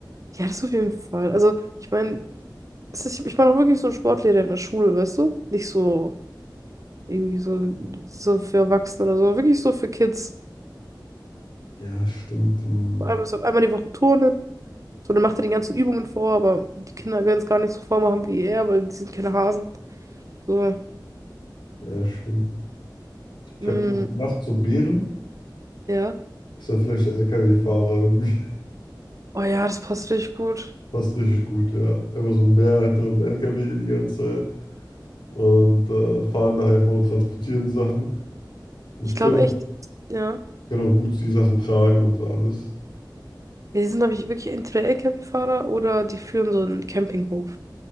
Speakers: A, on the right; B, on the left.
A: Ja, das auf jeden Fall. Also, ich meine, es ist- ich meine auch wirklich so einen Sportlehrer in der Schule, weißt du? Nicht so irgendwie so, so für Erwachsene oder so, wirklich so für Kids.
B: Ja, stimmt. hm.
A: So Einmal, so, einmal die Woche turnen. So, dann macht er die ganzen Übungen vor, aber die Kinder können es gar nicht so vormachen wie er, weil die sind keine Hasen. So,
B: Ja, stimmt. Ich
A: mm,
B: habe noch gedacht, so Bären.
A: ja.
B: Ist dann vielleicht so LKW-Fahrer irgendwie.
A: Oh ja, das passt richtig gut.
B: <laughs> Passt richtig gut, ja. Einfach so ein Bär hinter einem LKW die ganze Zeit. Und äh, fahren da einfach und transportieren Sachen. Und
A: Ich glaube
B: können auch,
A: echt, ja.
B: können auch gut die Sachen tragen und so alles.
A: Ja, Die sind, glaube ich, wirklich entweder LKW-Fahrer oder die führen so einen Campinghof.